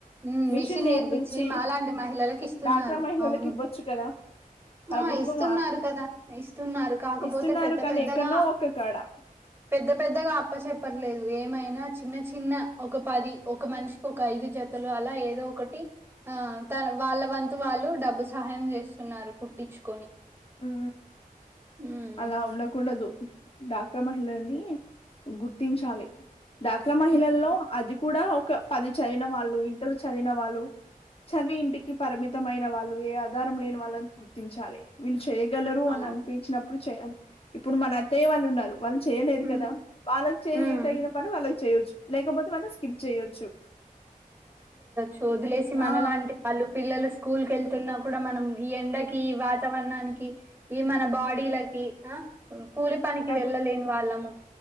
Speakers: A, on the right; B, on the left.
A: హ్మ్
B: మిషన్ నేర్పించి
A: నేర్పిచ్చి మాలాంటి మహిళలకు ఇస్తున్నారు.
B: డా అక్రమైిహిళకి
A: అవును
B: ఇవ్వొచ్చు కదా ప్రభుత్వం
A: ఆ ఇస్తున్నారు కదా ఇస్తు కాకపోతే
B: ఇస్తున్నారు
A: పెద్ద
B: కానీ
A: పెద్దగా
B: ఎక్కడనో ఒక్క కాడ
A: పెద్ద పెద్దగా అప్ప చె చెపర్లేదు ఏమైనా చిన్న చిన్న ఒక పది ఒక మనిషికి ఒక ఐదు జతలు అలా ఏదో ఒకటి ఆ త వాళ్ళ వంతు వాళ్ళు డబ్బు సహాయం చేస్తున్నారు కుట్టించుకొని
B: ఉ
A: ఉమ్
B: అలా ఉండకూడదు డాక్రా మహిళలని గుర్తించాలి డాక్రా మహిళల్లో
A: ఉమ్
B: అది కూడా ఒక పది చదివిన వాళ్ళు ఇంటర్ చదివిన వాళ్ళు చదివి ఇంటికి పరిమితమైన వాళ్ళు ఏ ఆధారం లేని వాళ్ళని గుర్తించాలి వీళ్ళు చేయగలరు
A: ఆ
B: అని అనిపించినప్పుడు చేయ ఇప్పుడు మన అత్తయ వాళ్ళు ఉన్నారు వాళ్ళు చేయలేరు
A: ఉమ్
B: కదా వాళ్ళకి చేయ
A: ఉమ్
B: తయిన పని వాళ్ళకి చేయవచ్చు లేకపోతే మనం స్కిప్ చేయొచ్చు
A: చోదులేసి మనలాంటి
B: ఆ
A: పళ్ళు పిల్లలు స్కూల్ క వెళ్తున్నా కూడా మనం ఈ ఎండకి వాతావరణానికి ఈ మన బాడీలకి ఆ కూలి పనికి
B: ప్రభు
A: వెళ్ళలేని వాళ్ళము